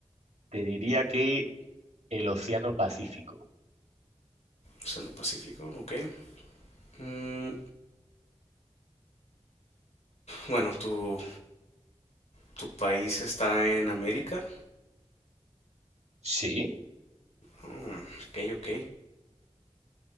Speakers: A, on the right; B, on the left.
A: te diría que el Océano Pacífico.
B: Océano Pacífico, ok. Mm, bueno, tu, tu país está en América.
A: Sí.
B: Ah, ok, ok.